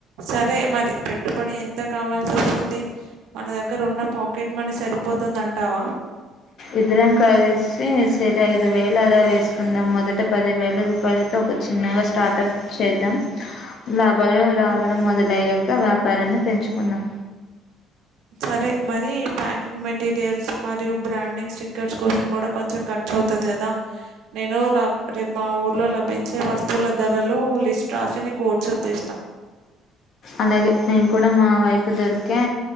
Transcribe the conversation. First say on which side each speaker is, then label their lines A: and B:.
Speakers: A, on the right; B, on the left.
A: సరే మరి పెట్టుబడి ఎంత కావాల్సి వస్తుంది మన దగ్గర ఉన్న పాకెట్ మనీ సరిపోతు పోతుంద అంటావా
B: ఇద్దరం కలిసి చెరో ఐదు వేలు అలా వేసుకుందాం మొదట పది వేల రూపాయలతో చిన్నగా స్టార్టప్ చేద్దాం లాభాలు రావడం మొదలయ్యాక వ్యాపారాన్ని పెంచుకున్నాం
A: సరే మరి ప్యాకింగ్ మెటీరియల్స్ మరియు బ్రాండింగ్ స్టిక్కర్స్ కోసం కూడా కొంచెం ఖ ఖర్చవుతది కదా నేను నా రేపు మా ఊర్లో లభించే వస్తువుల ధరలు లిస్ట్ రా సి నీకు వోట్సాప్ చేస్తా
B: అలాగే నేను కూడా మా వైపు దొరికే